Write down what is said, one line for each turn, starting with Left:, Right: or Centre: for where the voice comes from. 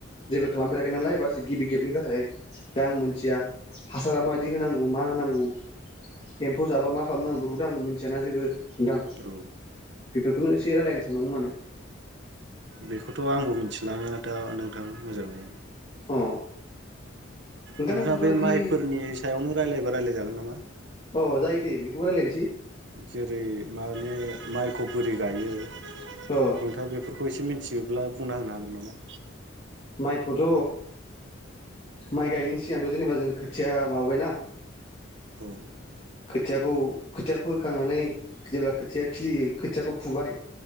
Left: जेबो खालामफेराखै नालाय एबासो गिबि खेबनि थाखाय दा आं मोनथिया हासारा माबायदि
Right: औ
Left: होनांगौ मा होनांगौ एम्फौ जाबा मा खालामनांगौ बेफोरखौथ आं मिथियाना जेबो दां
Right: औ
Left: बे एस रायलायनो सानदोंमोन माने
Right: बेखौथ' आंबो मिथि लाङा दा नोंथां मोजाङै
Left: अ नोंथांमोनजोंथ'
Right: नोंथाङा बे
Left: बिदि
Right: माइफोरनि सायावनो रायलायबा रायलायजागोन नामा
Left: अ जायो दे बेखौबो रायलायनोसै
Right: जेरै माने माइ खौ बोरै गायो
Left: अ
Right: हेंथा बेफोर खौ एसे मिथियोब्ला बुंना होनो हागोन नामा
Left: माइखौथ' माइ गायनायनि सिगांथ जेनेबा जों खोथिया माबाबायना
Right: औ
Left: खोथियाखौ खोथिया फोखांनानै जेब्ला खोथियाआ खिलियो खोथियाखौ फुबाय